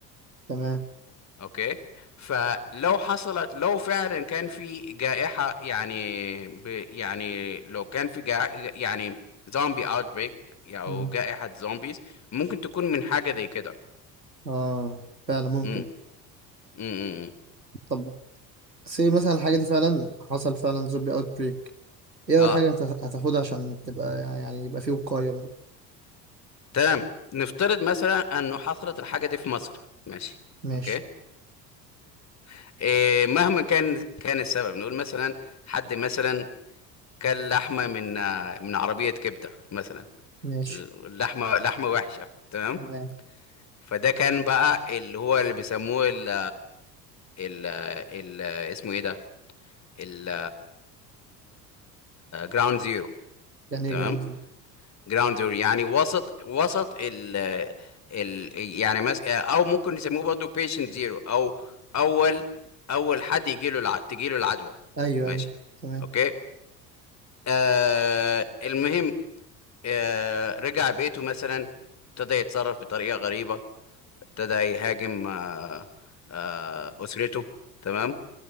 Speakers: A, on the right; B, on the left.
A: تمام
B: اوكي فلو حصلت لو فعلا كان في جائحة يعني ب يعني لو كان في جا يعني زومبي اوتبريك او
A: مم.
B: جائحة زومبيز ممكن تكون من حاجة زي كده
A: اه فعلا ممكن
B: امم امم
A: طب سي مثلا الحاجة دي فعلا حصل فعلا زومبي اوت بريك ايه
B: اه
A: اول حاجة هتاخ- هتاخدها عشان تبقى يعني يبقى فيه وقاية بقى
B: تمام نفترض مثلا انه حصلت الحاجه دي في مصر ماشي
A: ماشي
B: اوكي <laughs> إيه مهما كان كان السبب نقول مثلا حد مثلا كان لحمه من آه، من عربيه كبده مثلا
A: ماشي
B: اللحمه لحمه وحشه تمام
A: تمام
B: فده كان بقى اللي هو اللي بيسموه ال ال ال اسمه ايه ده ال جراوند زيرو
A: يعني
B: تمام
A: ايه جراوند زيرو
B: جراوندر يعني وسط وسط ال ال يعني مس او ممكن نسميه برضه بيشنت زيرو او اول اول حد يجي له الع... تجي له العدوى
A: ايوه
B: ماشي
A: ايوه تمام
B: اوكي آه المهم آه رجع بيته مثلا ابتدى يتصرف بطريقة غريبة ابتدى يهاجم آه آه أسرته تمام